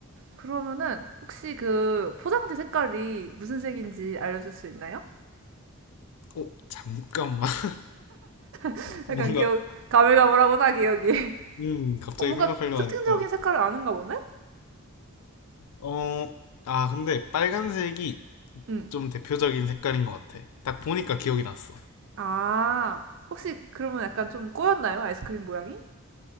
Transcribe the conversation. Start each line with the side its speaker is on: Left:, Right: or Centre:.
Right: 그러면은 혹시 그 포장지 색깔이 무슨 색인지 알려줄 수 있나요?
Left: 어, 잠깐만. <laughs>
Right: <laughs>
Left: 뭔가,
Right: 약간 기억, 가물가물하구나, 기억이. <laughs>
Left: 음, 갑자기
Right: 어, 뭔가
Left: 생각하려고
Right: 특징적인
Left: 하니까.
Right: 색깔을 아는가 보네?
Left: 어, 아, 근데 빨간색이
Right: 응.
Left: 좀 대표적인 색깔인 것 같아. 딱 보니까 기억이 났어.
Right: 아, 혹시 그러면 약간 좀 꼬였나요? 아이스크림 모양이?